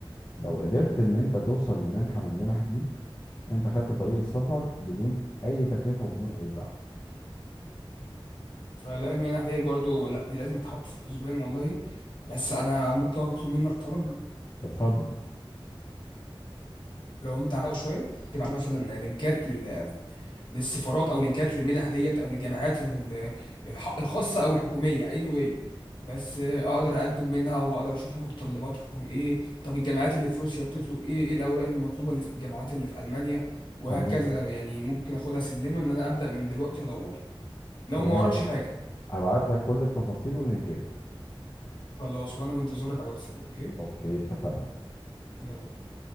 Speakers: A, on the left; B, on the left.
A: لو قدرت ان انت توصل لمنحة من المنح دي انت خدت طريق السفر بدون اي تكلفة وبدون اي تعب
B: فلا المنح ديت برضو لا دي لازم تتحط في الحسبان والله بس انا ممكن اطلب منك طلب
A: اتفضل
B: لو انت عاوز شويه تبعت لي مثلا لينكات لل... للسفارات او لينكات للمنح ديت او للجامعات ال- الح... الخاصه او الحكوميه anyway بس آه، اقدر اقدم منها واقدر اشوف متطلباتهم ايه طب الجامعات اللي في روسيا بتطلب ايه ايه الاوراق المطلوبه اللي في الجامعات اللي في المانيا وهكذا
A: تمام
B: يعني ممكن اخدها سلمه ان انا ابدا من دلوقتي ادور لو
A: تمام
B: ما وراكش حاجه
A: ابعت لك كل التفاصيل واللينكات
B: خلاص وانا بنتظرك على الواتساب اوكي
A: اوكي اتفقنا
B: يلا بينا.